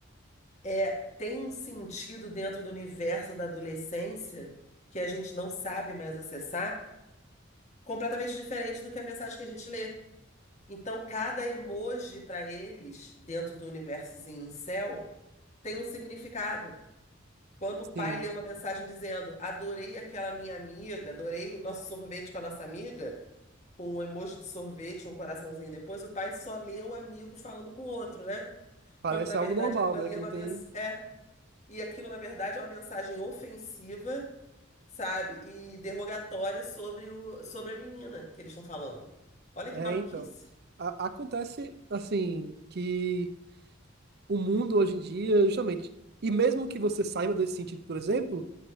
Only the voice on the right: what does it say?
sim,
parece
algo
normal,
né, que
não tem.
É,
então. A- acontece assim que o mundo hoje em dia, justamente. E mesmo que você saiba desse sentido, por exemplo,